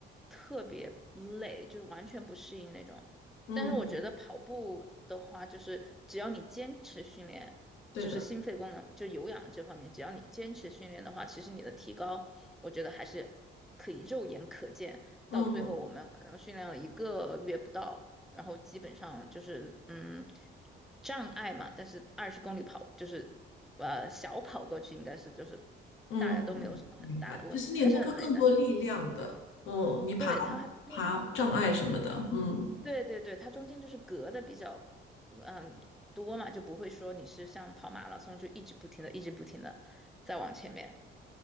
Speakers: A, in the centre; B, on the left.
A: 特别累，就是完全不适应那种。
B: 嗯嗯，
A: 但是我觉得跑步的话，就是只要你坚持训练，
B: 对的，
A: 就是心肺功能就有氧这方面，只要你坚持训练的话，其实你的提高，我觉得还是可以肉眼可见。
B: 嗯
A: 到最后，我们可能训练了一个月不到。然后基本上就是嗯障碍嘛，但是二十公里跑就是呃小跑过去应该是就是
B: 嗯嗯，
A: 大家都没有什么很大的问题，
B: 明白。其实你那个更多力量的，
A: 还是很累，但是
B: 嗯，你爬
A: 对它还因为它
B: 爬障碍什么的，嗯，
A: 对对对它中间就是隔的比较嗯多嘛，就不会说你是像跑马拉松就一直不停的一直不停的再往前面，